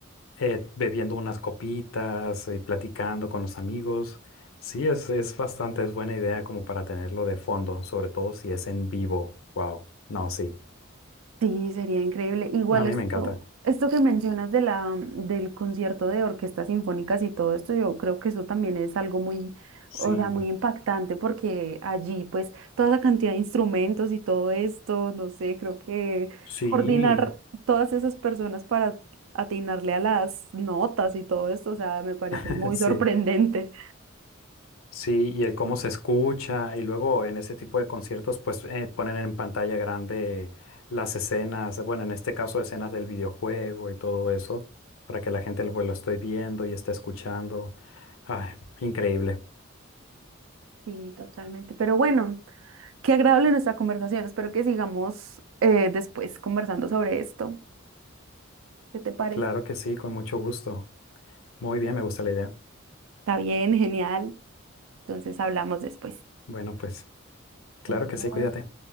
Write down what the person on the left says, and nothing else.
eh, bebiendo unas copitas y platicando con los amigos. Sí, es, es bastante, es buena idea como para tenerlo de fondo, sobre todo si es en vivo. Wow. No, sí.
A mí
me encanta.
Sí,
sí,
<laughs>
sí.
Sí, y el cómo se escucha, y luego en ese tipo de conciertos, pues eh, ponen en pantalla grande las escenas, bueno, en este caso escenas del videojuego y todo eso, para que la gente lo, lo esté viendo y esté escuchando. Ay, increíble.
Claro que sí, con mucho gusto. Muy bien, me gusta la idea.
Bueno, pues claro
que sí, cuídate.